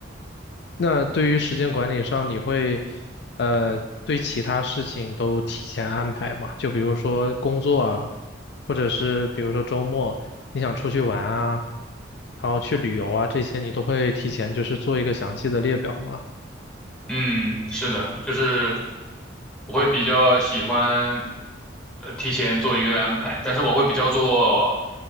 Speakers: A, on the left; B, in the centre.
A: 那对于时间管理上，你会呃对其他事情都提前安排吗？就比如说工作啊，或者是比如说周末你想出去玩啊，然后去旅游啊，这些你都会提前就是做一个详细的列表吗？
B: 嗯，是的，就是我会比较喜欢呃提前做一个安排，但是我会比较做